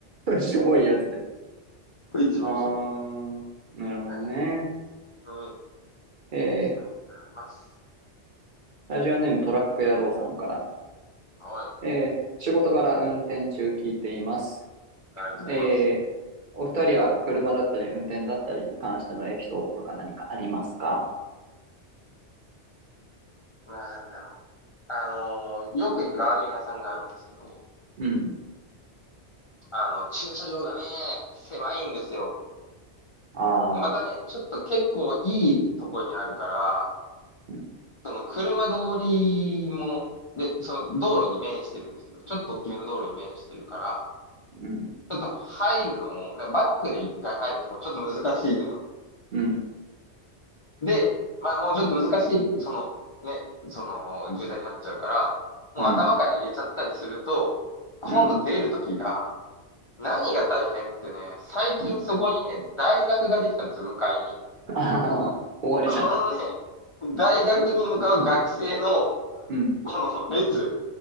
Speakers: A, on the right; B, on the left.
A: ん。しょぼいやつで。
B: これ一番しょぼい。
A: あー、なるほどね。
B: はい。うん。
A: えー、
B: ちょっとね、あります。
A: ラジオネームトラック野郎さんから。
B: はい。
A: えー、仕事柄運転中聞いています。
B: ありがとうございます。
A: えー、お二人は車だったり運転だったりに関してのエピソードとか何かありますか
B: なんだろう。あのーよく行くラーメン屋さんがあるんですけど、
A: うん。
B: あの、駐車場がね、狭いんですよ。
A: ああ。
B: でまたね、ちょっと結構いいとこにあるから、
A: うん、
B: その車通りも、で、その道路に面してるんですけど、ちょっと大きめの道路に面してるから、
A: うん、
B: ちょっと入るのも、だからバックで一回入るとかもちょっと難しいのよ。
A: うん、
B: で、まあもうちょっと難しい、そのね、その渋滞になっちゃうから、もう頭から入れちゃったりすると、
A: うん、
B: 今度出るときが、
A: うん、
B: 何が大変ってね、最近そこにね、
A: うん。
B: 大学ができたんですよ、向かいに。
A: ああ終わりじゃん。
B: このね、大学に向かう学生の、
A: うん、
B: この列。